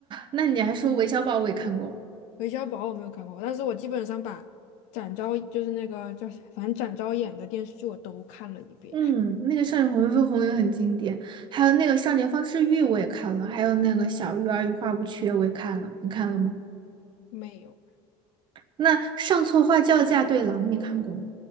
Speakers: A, on the right; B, on the left.
A: 那你还说韦小宝我也看过，
B: 韦小宝我没有看过，但是我基本上把展昭就是那个叫啥，反正展昭演的电视剧我都看了一遍。
A: 嗯，那个《少年红飞红》也很经典，还有那个《少年方世玉》我也看了，还有那个《小鱼儿与花无缺》我也看了，你看了吗？
B: 没有，
A: 那《上错花轿嫁对郎》你看过吗？